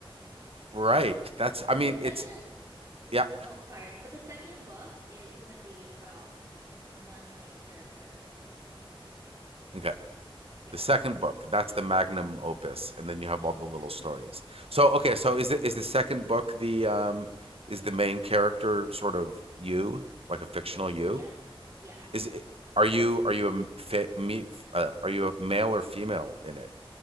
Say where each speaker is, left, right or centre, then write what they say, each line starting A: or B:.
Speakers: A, on the right (about 85°); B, on the right (about 35°).
A: Right. That's
B: but
A: I mean,
B: the second
A: it's yeah.
B: oh sorry, but the second book is gonna be about one main character.
A: Okay.
B: Yeah.
A: The second book, that's the magnum
B: hmm
A: opus, and then you have
B: Yes.
A: all the little stories.
B: <laughs>
A: So okay,
B: yeah.
A: so is the is the second book the um is the main character sort of you, like a fictional you?
B: Yes. Yeah.
A: Is it, are you are you a me uh, are you a male or female in it?